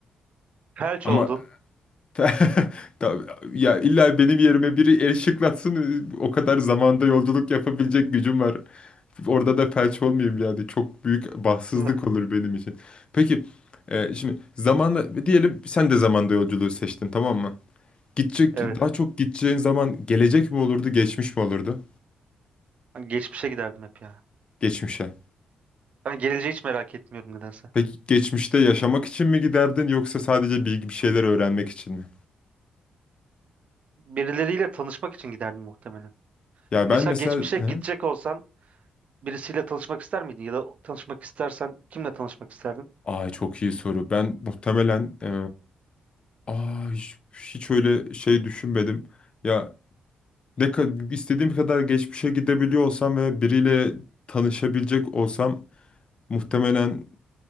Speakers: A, on the right; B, on the left.
A: Felç
B: Ama
A: oldun.
B: <laughs> ta- ya illa benim yerime biri el şıklatsın o kadar zamanda yolculuk yapabilecek gücüm var. Orada da felç olmayayım yani. Çok büyük bahtsızlık
A: <laughs>
B: olur benim için. Peki e, şimdi zamanla diyelim sen de zamanda yolculuğu seçtin tamam mı? Gidecek
A: Evet.
B: daha çok gideceğin zaman gelecek mi olurdu, geçmiş mi olurdu?
A: Ben geçmişe giderdim hep ya.
B: Geçmişe.
A: Ben geleceği hiç merak etmiyorum nedense.
B: Peki geçmişte yaşamak için mi giderdin yoksa sadece bilgi bir şeyler öğrenmek için mi?
A: Birileriyle tanışmak için giderdim muhtemelen.
B: Ya
A: Mesela
B: ben mesela
A: geçmişe gidecek
B: he?
A: olsan birisiyle tanışmak ister miydin? Ya da tanışmak istersen kimle tanışmak isterdin?
B: Aa çok iyi soru. Ben muhtemelen e, aa hiç, hiç öyle şey düşünmedim. Ya Ne kadar istediğim kadar geçmişe gidebiliyor olsam ve biriyle tanışabilecek olsam muhtemelen